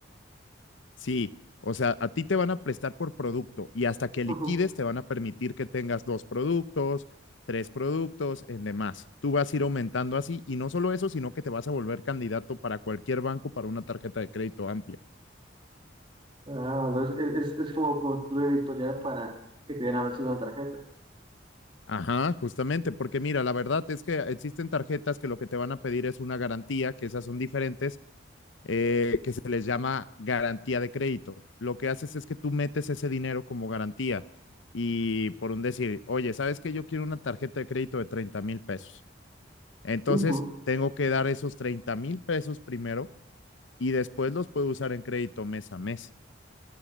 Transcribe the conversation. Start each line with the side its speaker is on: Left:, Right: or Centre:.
Left: Sí, o sea, a ti te van a prestar por producto y hasta que
Right: Ujú.
Left: liquides te van a permitir que tengas dos productos, tres productos, en demás. Tú vas a ir aumentando así y no solo eso, sino que te vas a volver candidato para cualquier banco para una tarjeta de crédito amplia.
Right: Ah, entonces es, es, es como construir el historial para que te den ahora sí una tarjeta.
Left: Ajá, justamente, porque mira, la verdad es que existen tarjetas que lo que te van a pedir es una garantía, que esas son diferentes, eh, que se les llama garantía de crédito. Lo que haces es que tú metes ese dinero como garantía y por un decir, oye, ¿sabes que Yo quiero una tarjeta de crédito de treinta mil pesos. Entonces,
Right: Ujú,
Left: tengo que dar esos treinta mil pesos primero y después los puedo usar en crédito mes a mes.